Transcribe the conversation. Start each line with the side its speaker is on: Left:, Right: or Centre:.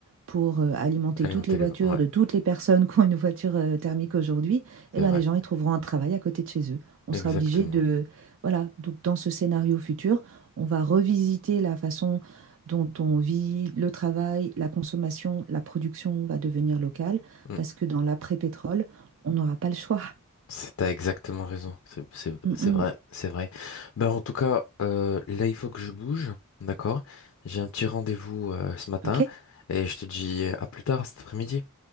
Right: pour euh, alimenter
Left: Alimenter
Right: toutes les voitures
Left: les vents. Ouais.
Right: de toutes les personnes qui ont une voiture euh, thermique aujourd'hui, eh
Left: C'est
Right: ben,
Left: vrai.
Right: les gens ils trouveront un travail à côté de chez eux. On
Left: Exactement.
Right: sera obligé de, voilà, donc dans ce scénario futur, on va revisiter la façon dont on vit, le travail, la consommation, la production va devenir locale,
Left: Mm.
Right: parce que dans l'après-pétrole, on n'aura pas le choix.
Left: C'est, t'as exactement raison. C'est, c'est,
Right: Mm,
Left: c'est
Right: mm.
Left: vrai. C'est vrai. Ben, en tout cas, euh, là, il faut que je bouge. D'accord? J'ai un petit rendez-vous, euh, ce matin.
Right: Ok?
Left: Et je te dis à plus tard cet après-midi.